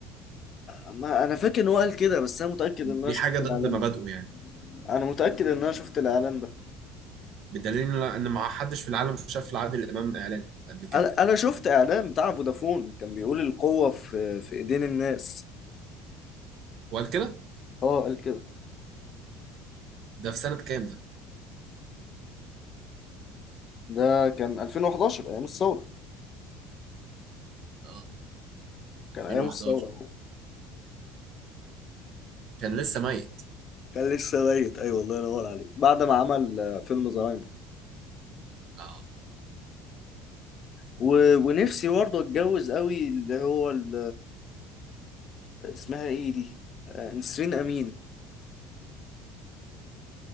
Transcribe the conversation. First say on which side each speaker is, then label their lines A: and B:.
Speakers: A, on the left; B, on the right.
A: ما انا فاكر ان هو قال كده بس انا متاكد
B: دي
A: ان انا شفت
B: حاجه ضد
A: الاعلان
B: مبادئه
A: ده
B: يعني
A: انا متاكد ان انا شفت الاعلان ده
B: بدليل ان ما حدش في العالم شاف لعادل امام اعلان قبل كده
A: انا انا شفت اعلان بتاع فودافون كان بيقول القوه في في ايدين الناس
B: وقال كده
A: اه قال كده
B: ده في سنه كام ده
A: ده كان 2011 ايام الثوره
B: اه
A: كان
B: 2011
A: ايام الثوره هو
B: كان لسه ميت
A: كان لسه ميت ايوه الله ينور عليك بعد ما عمل آه، فيلم زهايمر
B: اه
A: و... ونفسي برضه اتجوز قوي اللي هو ال... اسمها ايه دي آه، نسرين امين